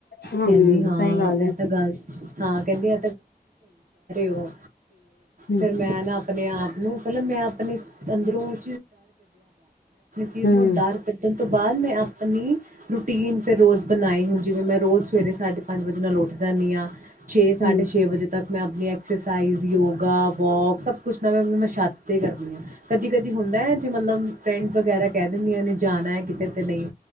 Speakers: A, on the left; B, on the right.
A: ਹੂੰ
B: ਕਹਿੰਦੀ ਹਾਂ
A: ਸਹੀ ਹੈ।
B: ਐਹ ਤਾਂ ਗੱਲ ਹਾਂ ਕਹਿੰਦੇ ਆ
A: ਹੂੰ
B: ਫਿਰ ਮੈਂ ਨਾ ਆਪਣੇ ਆਪ ਨੂੰ ਮਤਲਬ ਮੈਂ ਆਪਣੇ ਅੰਦਰੋਂ ਆਪਣੀ ਚੀਜ਼
A: ਹੂੰ
B: ਨੂੰ ਡਾਰਕ <unintelligible> ਤੋਂ ਬਾਅਦ ਮੈਂ ਆਪਣੀ ਰੂਟੀਨ ਫਿਰ ਰੋਜ਼ ਬਣਾਈ ਹ ਜਿਵੇਂ ਮੈਂ ਰੋਜ਼ ਸਵੇਰੇ ਸਾਢੇ ਪੰਜ ਵਜੇ ਨਾਲ ਉੱਠ ਜਾਂਦੀ ਹਾਂ <unintelligible> ਛੇ ਸਾਢੇ
A: ਹੂੰ
B: ਛੇ ਵਜੇ ਤੱਕ ਮੈਂ ਆਪਣੀ ਐਕਸਰਸਾਈਜ਼ ਯੋਗਾ ਵੋਕ ਸਭ ਕੁਛ ਨਾ ਮੈਂ ਮਤਲਬ ਮਛਾਤੇ ਕਰਦੀ ਹਾਂ ਕਦੀ ਕਦੀ ਹੁੰਦਾ ਹੈ ਜੇ ਮਤਲਬ ਫਰੈਂਡ ਵਗੈਰਾ ਕਹਿ ਦਿੰਦੀਆਂ ਨੇ ਜਾਣਾ ਹੈ ਕਿਤੇ ਤੇ ਨਹੀਂ